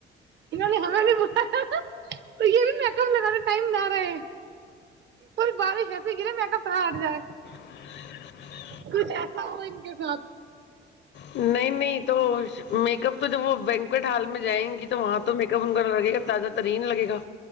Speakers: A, on the right; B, on the left.
A: شہوں نے ہمیں بھی تو یہ بھییکگا ٹم نہ رہے بارش ایسے گرے میں پ ہٹ جا
B: ج
A: کچھ ایسا ہوا ان کے ساتھ
B: نہیں نہیں تو میک اپ تو جب وہ وینکٹ ہال میں جائیں گی تو وہاں تو میک اپ ان کا لگے گا تازہ ترین لگےا